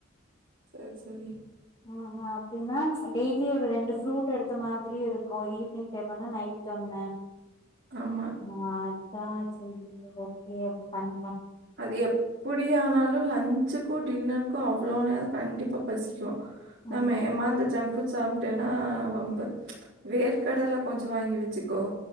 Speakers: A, on the right; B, on the left.
A: சர் சரி
B: அ ஹ அப்டினா டெய்லியு ஒரு ரெண்டு ஃப்ரூட் எடுத்த மாதிரியு இருக்கு ஈவினிங் டைம் ஒன்னு நைட் ஒண்ணு
A: ஆமா.
B: ஆ அதா செரி ஓகே அப்டி பண்
A: அது எப்பிடியானாலு லன்ச்சு க்கு டின்னருக்கு அவ்ளோ நேர கண்டிப்பா பசிக்கு நாம
B: ம்
A: ஏமாந்து ஜங்க் அப்ப சாப்பிட்டேன்னா வம்பு ம்ச் வேர்க கடல கொஞ்சோ வாங்கி வச்சுக்கோ